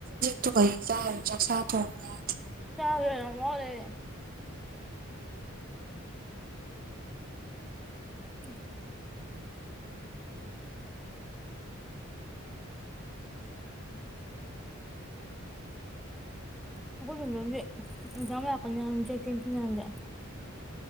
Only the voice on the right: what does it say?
ꯗꯨꯒꯩ ꯆꯥꯔ ꯆꯥꯛ ꯆꯥ ꯊꯣꯡ ꯌꯥꯗ